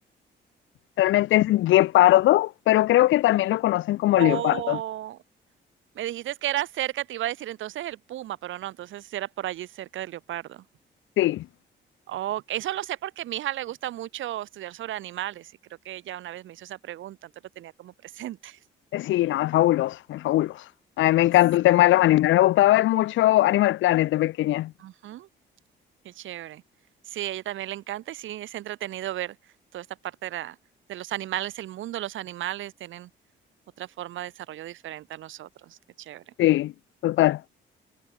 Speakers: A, on the left; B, on the right.
A: Realmente es guepardo, pero creo que también lo conocen como
B: O
A: leopardo.
B: me dijiste que era cerca, te iba a decir entonces el puma, pero no, entonces sí era por allí cerca del leopardo.
A: Sí.
B: Oh, eso lo sé porque a mi hija le gusta mucho estudiar sobre animales y creo que ella una vez me hizo esa pregunta, entonces lo tenía como presente. <laughs>
A: Eh, Sí, no, es fabuloso, es fabuloso. A mí me encanta
B: Sí,
A: el tema de los animales. Me gustaba ver mucho Animal Planet de pequeña.
B: ujú. Qué chévere. Sí, a ella también le encanta y sí, es entretenido ver toda esta parte de, la- de los animales, el mundo de los animales, tienen otra forma de desarrollo diferente a nosotros. Qué chévere.
A: Sí, total.